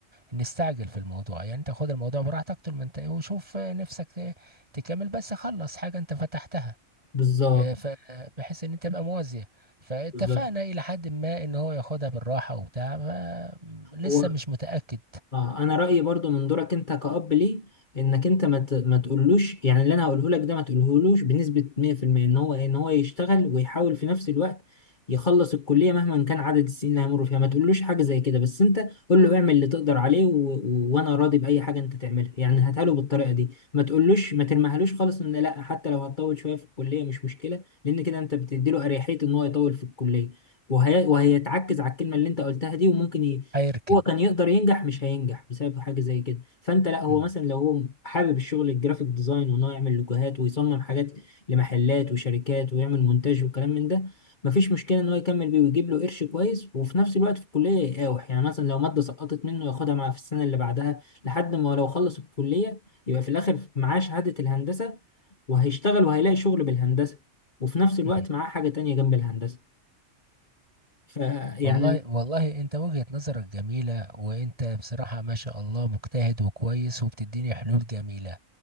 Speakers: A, on the right; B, on the left.
A: نستعجل في الموضوع يعني انت خد الموضوع براحتك طول ما انت ايه وشوف آه، نفسك آه، تكمل بس خلص حاجة انت فتحتها
B: بالظبط
A: آه، ف- بحيث ان انت تبقى موازية فاتفقنا
B: بالظبط
A: الى حد ما ان هو ياخدها بالراحة وبتاع ف- لسه
B: هو
A: مش متأكد
B: اه انا رايي برضو من دورك انت كأب ليه انك انت ما ت- ما تقولوش يعني اللي انا هقوله لك ده ما تقولهولوش بنسبه 100% ان هو ان هو يشتغل ويحاول في نفس الوقت يخلص الكليه مهما كان عدد السنين اللي هيمر فيها ما تقولوش حاجه زي كده بس انت قول له اعمل اللي تقدر عليه و... و... وانا راضي باي حاجه انت تعملها يعني هاتها له بالطريقه دي ما تقولوش ما ترميهالوش خالص ان لا حتى لو هتطول شويه في الكليه مش مشكله لان كده انت بتدي له اريحيه ان هو يطول في الكليه وهي... وهيتعكز على الكلمه اللي انت قلتها دي وممكن
A: هيركن
B: هو كان يقدر ينجح مش هينجح بسبب حاجة زي كده فانت لا هو
A: مم.
B: مثلا لو هو حابب الشغل الجرافيك ديزاين وان هو يعمل لوجوهات ويصمم حاجات لمحلات وشركات ويعمل مونتاج وكلام من ده مفيش مشكلة ان هو يكمل بيه ويجيب له قرش كويس وفي نفس الوقت في الكلية يقاوح يعني مثلا لو مادة سقطت منه ياخدها مع في السنة اللي بعدها لحد ما لو خلص الكلية يبقى في الاخر معاه شهادة الهندسة وهيشتغل وهيلاقي شغل بالهندسة وفي نفس الوقت
A: مم.
B: معاه حاجة تانية جنب الهندسة فيعني
A: والله والله انت وجهة نظرك جميلة وانت بصراحة ما شاء الله مجتهد وكويس وبتديني حلول جميلة